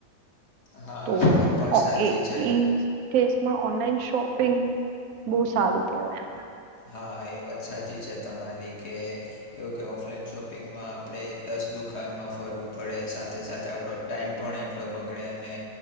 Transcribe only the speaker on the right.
તો
ઓકે
ઈ કેસમાં ઓનલાઈન શોપિંગ બહુ સારું કેવાય